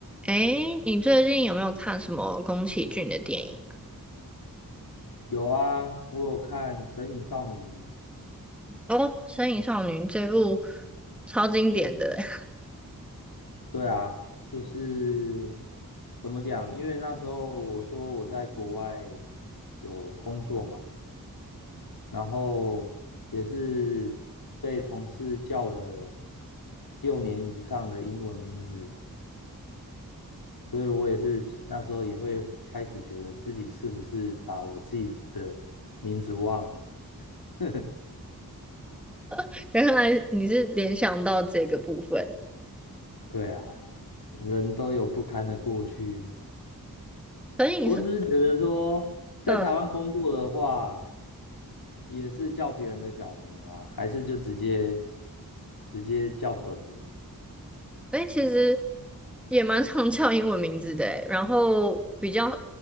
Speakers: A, in the centre; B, on the left (about 80°).
A: 诶，你最近有没有看什么宫崎骏的电影
B: 有啊，我有看《神隐少女》。
A: 啊？哦，《身影少女》这部超经典的欸
B: 对啊，就是怎么讲？因为那时候我说我在国外有工作嘛，然后也是被同事叫了六年以上的英文名字，所以我也是那时候也会开始觉得自己是不是把我自己的名字忘了。<laughs>
A: <laughs> 原来你是联想到这个部分。
B: 对啊，人都有不堪的过去。
A: 《身影少》
B: 我只是觉得说，在台湾工作的话，
A: 嗯，
B: 也是叫别人的小名吗？还是就直接直接叫本名？
A: 诶，其实也蛮常叫英文名字的欸，然后比较